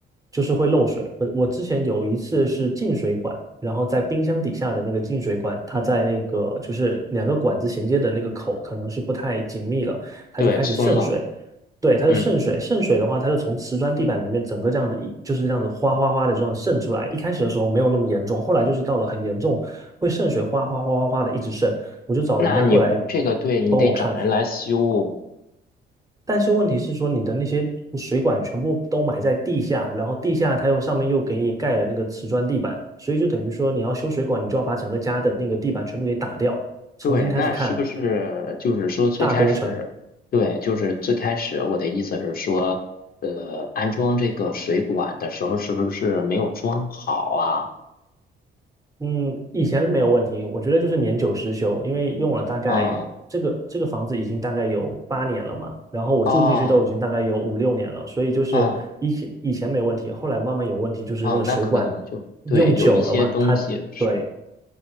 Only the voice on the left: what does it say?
对，松了，
嗯，
那你这个对你得找人来修，
对，那是不是就是说最开始，
对，就是最开始我的意思是说，呃，安装这个水管的时候是不是没有装好啊？
嗯，
哦，
嗯。
啊，那可能就对，
有一些东西是，